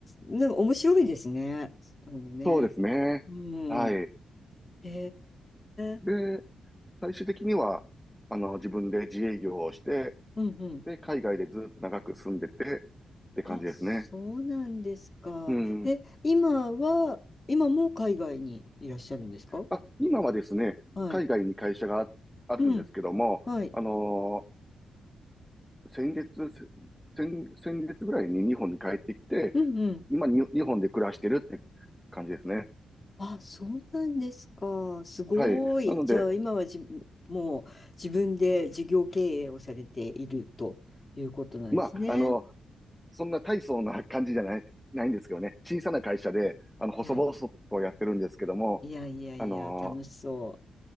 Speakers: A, on the left (about 25°); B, in the centre.
A: なんか面白いですね。あのね。
B: そうですね。
A: うん。
B: はい。
A: へえ。
B: で、最終的には、あの、自分で自営業をして、
A: うんうん。
B: で、海外でずっと長く住んでて、って感じですね。
A: あ、そうなんですか。
B: うん。
A: え、今は、今も海外にいらっしゃるんですか
B: あ、今はですね、
A: はい。
B: 海外に会社がああるんですけども、
A: うん。はい。
B: あのー先月、せ先、先月ぐらいに日本に帰ってきて、
A: うんうん。
B: 今に日本で暮らしてるって感じですね。
A: あ、そうなんですか。すごい。
B: はい。なので、
A: じゃあ、今はじ、もう自分で事業経営をされているということなんですね。
B: まあ、あの、そんな大層な感じじゃない、ないんですけどね。小さな会社で、あの、細々とやってるんですけども、
A: いやいや、いやいやいや、
B: あのー
A: 楽しそ